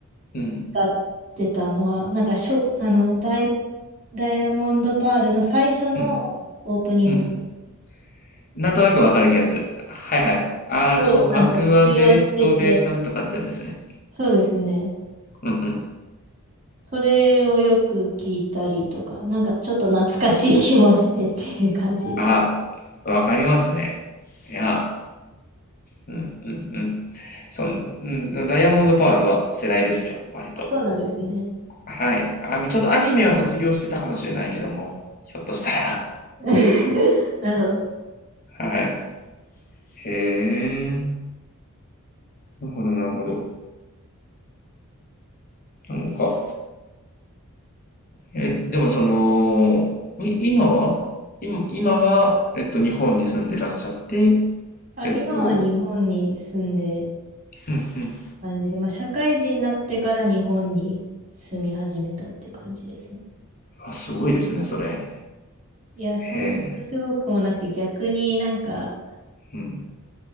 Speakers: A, on the left; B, on the right.
A: う。うん、
B: 歌ってたのは、なんかしょ、あの、ダイ、ダイヤモンドパールの最初の
A: うん、
B: オープニング
A: うん。なんとなくわかる気がする。はいはい。あの、
B: をなんか起用してて、
A: アクアジェットでなんとかってやつですね。
B: そうですね。
A: うんうん。
B: それをよく聞いたりとか、なんかちょっと懐かしい気もしてっていう感じで。
A: あ、わかりますね。いや、うんうんうん。その、うん、ダイヤモンドパールは世代ですよ、割と。
B: あ、そうなんですね。
A: はい。あの、ちょっとアニメは卒業してたかもしれないけども、ひょっとしたら。
B: <laughs> なるほど。
A: はい。へえ。なるほど、なるほど。なんか、え、でもその、い今は今、今は、えっと、日本に住んでらっしゃって、
B: あ、
A: えっと、
B: 今は日本に住んで
A: うんうん。
B: 感じで、まあ、社会人になってから日本に住み始めたって感じですね。
A: あ、すごいですね、それ。
B: いや、そんなすごくもなくて、
A: へえ、
B: 逆になんか、
A: うん。